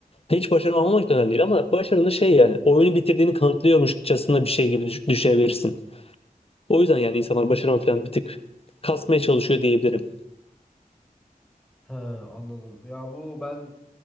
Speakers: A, on the left; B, in the centre.
A: Hiç başarım
B: Bun...
A: almamak da önemli değil ama başarını şey yani oyunu bitirdiğini kanıtlıyormuşçasına bir şey gibi düş- düşünebilirsin. O yüzden yani insanlar başarımı falan bir tık kasmaya çalışıyor diyebilirim.
B: He anladım. Ya bu ben